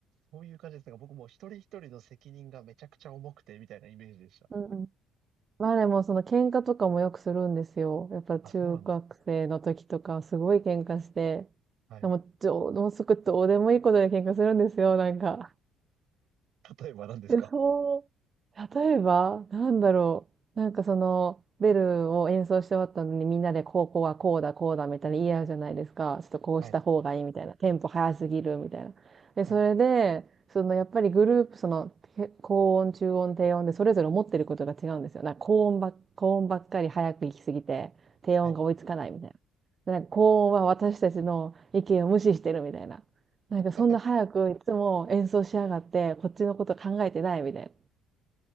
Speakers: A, on the right; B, on the right.
A: そういう感じですが、僕も一人一人の責任がめちゃくちゃ重くて、みたいなイメージでした。
B: うんうん。まあでもその喧嘩とかもよくするんですよ。やっぱ中学生の時とかすごい喧嘩して、
A: あ、そうなんですか。はい。
B: でも、どう、もうすぐどうでもいいことで喧嘩するんですよ、なんか。
A: 例えば何ですか
B: え、そう。例えば、なんだろう。なんかその、ベルを演奏して終わったのにみんなでこうこうはこうだこうだみたいな言い合うじゃないですか。ちょっとこうした方がいいみたいな。
A: はい、
B: テンポ早すぎるみたいな。
A: はい、
B: で、それで、そのやっぱりグループ、その、て高音、中音、低音でそれぞれ思ってることが違うんですよ。なんか高音ばっ、高音ばっかり早く行きすぎて、低音が追いつかないみたい
A: はい。
B: な。なんか高音は私たちの意見を無視してるみたいな。なんかそんな早くいつも演奏しやがって、
A: <laughs>
B: こっちのこと考えてないみたい